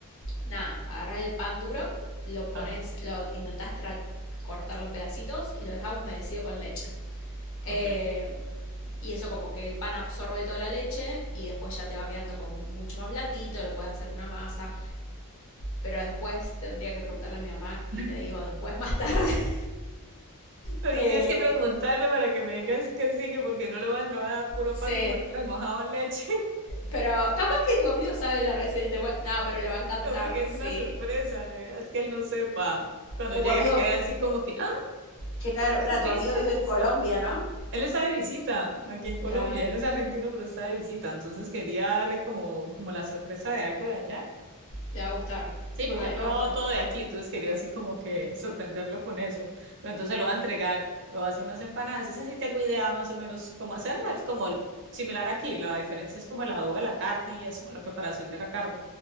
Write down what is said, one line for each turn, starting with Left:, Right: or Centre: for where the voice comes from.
Left: nada, agarras el pan duro, lo pones,
Right: ajá,
Left: lo intentás tra- cortarlo en pedacitos y lo dejas humedecido con leche. Eh,
Right: ok.
Left: y eso como que el pan absorbe toda la leche y después ya te va quedando como mucho más blandito, lo puedes hacer una masa, pero después tendría que preguntarle a mi mamá y
Right: <laughs>
Left: te digo después más tarde. <laughs>
Right: Bueno,
Left: Eh,
Right: tienes que preguntarle para que me digas qué sigue, porque no le va, le va a dar puro
Left: sí,
Right: pan con <laughs> remojado en leche,
Left: pero capaz que tu amigo sabe la receta. y te puede- No, pero le va
Right: <laughs>
Left: a encantar,
Right: no, porque es
Left: sí.
Right: una sorpresa, la verdad es que él no sepa. Cuando
Left: Tu
Right: llega
Left: amigo,
Right: se queda así como que, ah,
Left: claro,
Right: ¿cómo
Left: para
Right: supiste
Left: tu amigo vive en
Right: esto?
Left: Colombia, ¿no?
Right: Él está de visita aquí en Colombia,
Left: Ca-
Right: él es argentino, pero está de visita, entonces quería darle como, como la sorpresa de algo de allá.
Left: Le va a gustar.
Right: Sí, porque
Left: A
Right: ya
Left: mí
Right: ha probado
Left: me gusta.
Right: todo de aquí, entonces quería así como que sorprenderlo con eso. Pero entonces lo va a entregar, lo va a hacer unas empanadas. Esa sí tengo idea más o menos cómo hacerla, es como el- similar aquí. La diferencia es como el adobo de la carne y eso, la preparación de la carne.